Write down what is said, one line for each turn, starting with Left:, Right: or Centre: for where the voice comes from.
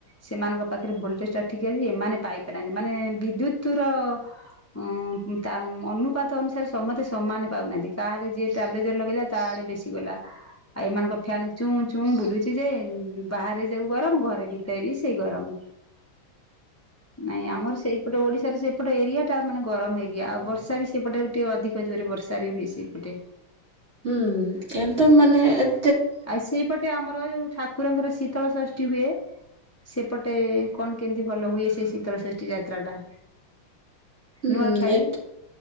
Left: ସେମାନଙ୍କ ପାଖରେ ଭୋଲଟେଜ୍ ଟା ଠିକ୍ ଅଇ ଏମାନେ ପାଇପାରନି ମାନେ ବିଦ୍ୟୁତୁ ର ଉଁ ଉଁ ତା ଉଁ ଅନୁପାତ ଅନୁସାରେ ସମତେ ସମାନ ପାଉନାହାନ୍ତି କାହାରେ ଯିଏ ତା ଲେଜର ଲଗେଇଲା ତା ଆଡେ ବେଶି ଗଲା। ଆଉ ଏମାନଙ୍କ ଫ୍ୟାନେ ଚୁଁ ଚୁଁ ବୁଲୁଚି ଯେ ଉଁ ବାହାରେ ଯଉ ଗରମ ଘରେ ଭିତେ ଏ ବି ସେଇ ଗରମ।
Right: <unintelligible>
Left: ନାଇଁ ଆମର ସେଇ ପଟ ଓଡିଶାରେ ସେପଟ ଏରିଆ ଟା ମାନେ ଗରମ ଏରିଆ ଆଉ ବର୍ଷା ବି ସେପଟେ ବି ଟିକେ ଅଧିକ ଜୋରେ ବର୍ଷା ବି ହୁଏ ସେଇପଟେ।
Right: ଉୁଁ ଏମ୍ ତବ ମାନେ ଏ
Left: ଆଇ ସେଇପଟେ ଆମର ଯୋଉ ଠାକୁରଙ୍କର ଶୀତଳ ଷଷ୍ଟୀ ହୁଏ। ସେପଟେ କଣ କେମିତି ଭଲ ହୁଏ ସେଇ ଶୀତଳ ଷଷ୍ଟୀ ଯାତ୍ରା ଟା?
Right: ହୁଁ
Left: ନୂଆଖାଇ।
Right: ଏ